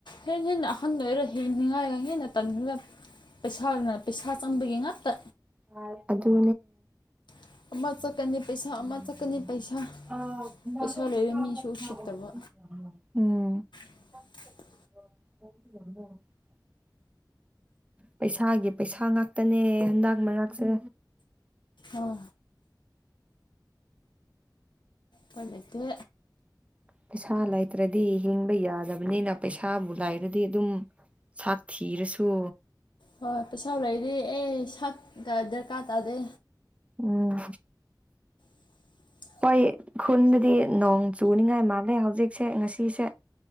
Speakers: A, on the left; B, on the right.
A: ꯍꯦꯟꯅ ꯍꯦꯟꯅ ꯑꯍꯟ ꯑꯣꯏꯔ ꯍꯤꯡꯅꯤꯡꯉꯥꯏꯒ ꯍꯦꯟꯅ <unintelligible> ꯄꯩꯁꯥꯅ ꯄꯩꯁꯥ ꯆꯪꯕꯒꯤ ꯉꯛꯇ
B: <unintelligible> ꯑꯗꯨ
A: <unintelligible>
B: <unintelligible>
A: ꯑꯃ ꯆꯠꯀꯅꯤ ꯄꯩꯁꯥ ꯄꯩꯁꯥ
B: ꯎꯝ
A: ꯂꯩꯕ ꯃꯤꯁꯨ ꯎꯁꯤꯠꯇꯕ <inaudible>
B: <unintelligible> ꯄꯩꯁꯥꯒꯤ ꯄꯩꯁꯥ ꯉꯥꯛꯇꯅꯦ ꯍꯟꯗꯛ ꯃꯔꯛꯁꯦ꯫
A: ꯑꯣ ꯄꯥꯂꯩꯇꯦ꯫
B: ꯄꯩꯁꯥ ꯂꯩꯇ꯭ꯔꯗꯤ ꯍꯤꯡꯕ ꯌꯥꯗꯕꯅꯤꯅ ꯄꯩꯁꯥꯕꯨ ꯂꯥꯏꯔꯗꯤ ꯑꯗꯨꯝ ꯁꯥ ꯊꯤꯔꯁꯨ꯫
A: ꯍꯣꯏ ꯄꯩꯁꯥꯎ ꯂꯩꯗꯤ ꯑꯦ ꯁꯛꯀ ꯗꯔꯀꯥꯔ ꯇꯥꯗꯦ꯫
B: ꯎꯝ
A: <inaudible>
B: ꯍꯣꯏ ꯈꯨꯟꯕꯨꯗꯤ ꯅꯣꯡ ꯆꯨꯅꯤꯉꯥꯏ ꯃꯥꯜꯂꯦ ꯍꯧꯖꯤꯛꯁꯦ ꯉꯁꯤꯁꯦ꯫